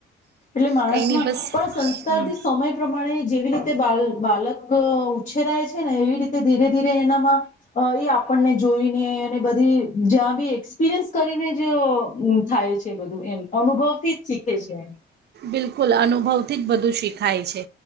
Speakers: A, on the left; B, on the right.
A: એટલે માણસમાં
B: કંઈ નહીં બસ
A: પણ સંસ્કાર
B: હમ,
A: બી સમય પ્રમાણે જેવી રીતે બાલક ઉછેરાય છે ને એવી રીતે ધીરે ધીરે એનામાં એ આપણને જોઈને અને બધી જ્યાં બી એક્સપિરિયન્સ કરીને જ થાય છે બધું એમ અનુભવ થી જ શીખે છે
B: બિલકુલ અનુભવથી જ બધું શીખાય છે